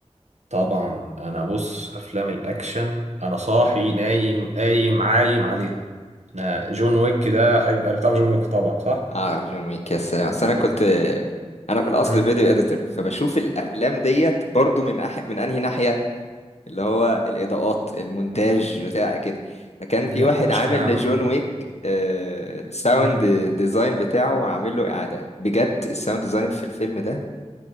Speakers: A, on the right; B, on the left.
A: طبعا انا بص افلام الاكشن انا صاحي نايم قايم عايم عليها انا جون ويك ده هيبقى بتاع جون ويك طبعا صح
B: اعرف جون ويك يا سلام أصل
A: جون
B: انا كنت
A: ويك
B: انا في الاصل
A: مم.
B: فيديو اديتور فبشوف الافلام ديت برضو من أح... من انهي ناحية اللي هو الإضاءات المونتاج بتاع كده فكان في
A: جامد
B: واحد
A: فشخ
B: عامل
A: يا عم
B: لجون ويك آه، الساوند
A: مم.
B: ديزاين بتاعه عامل له إعادة بجد الساوند ديزاين في الفيلم ده